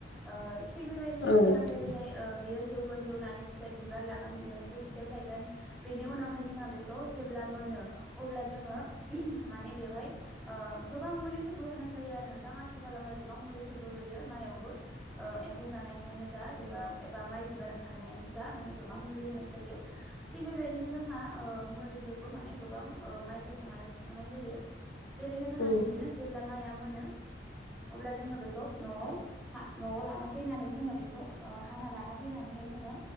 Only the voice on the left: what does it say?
औ
नोंथां
औ